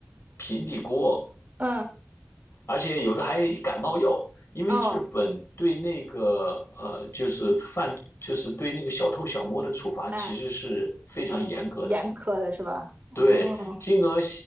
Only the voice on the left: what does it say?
平底锅。
而且有的还感冒药，因为日本对那个呃，
就是犯，就是对那个小偷小摸的处罚其实是非常严格的。
对，金额